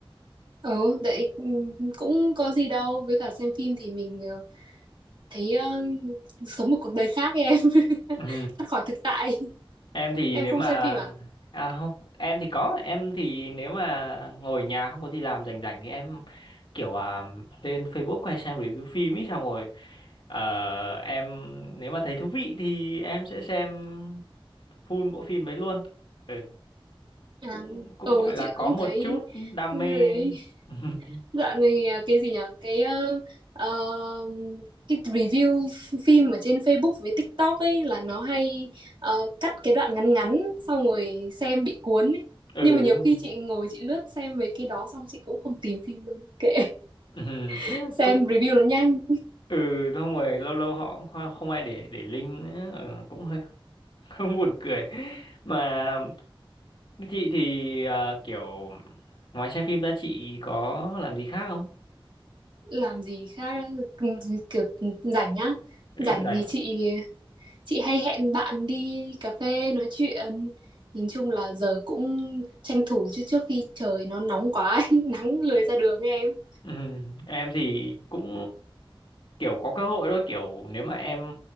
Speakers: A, on the right; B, on the left.
A: Ừ, đấy ừ, cũng có gì đâu với cả xem phim thì mình ờ, thấy ờ, sống một cuộc đời khác ấy, em <laughs>
B: ừ.
A: thoát khỏi thực tại
B: em thì
A: em
B: nếu
A: không
B: mà
A: xem phim à
B: à không em thì có em thì nếu mà ngồi nhà không có gì làm rảnh rảnh thì em kiểu à, lên Facebook hay xem review phim ấy xong rồi ờ, em nếu mà thấy thú vị thì em sẽ xem full bộ phim đấy luôn ừ
A: À,
B: cũng cũng
A: ừ
B: gọi là
A: chị cũng
B: có một
A: thấy
B: chút đam
A: ừ,
B: mê
A: đấy.
B: <laughs>
A: dạo này ờ, cái gì nhở cái ờ, ờ, cái review phim ở trên Facebook với TikTok ấy là nó hay ờ, cắt cái đoạn ngắn ngắn xong rồi xem bị cuốn ấy
B: ừ
A: nhưng mà
B: đúng
A: nhiều khi
B: rồi.
A: chị ngồi chị lướt xem về cái đó xong chị cũng không tìm phim luôn kệ
B: <laughs>
A: <laughs>
B: ừ.
A: xem
B: cũng
A: review nó nhanh
B: ừ xong rồi lâu lâu họ cũng không không ai để để link nữa ừ, cũng hơi <laughs> không buồn cười mà Thế Chị thì à, kiểu ngoài xem phim ra chị có làm gì khác không?
A: làm gì khác kiểu rảnh á
B: Cứ
A: rảnh
B: rảnh.
A: thì chị chị hay hẹn bạn đi cà phê nói chuyện nhìn chung là giờ cũng tranh thủ chứ trước khi trời nó nóng quá ấy, <laughs> nắng lười ra đường ấy, em
B: Ừ, em thì cũng kiểu có cơ hội thôi kiểu nếu mà em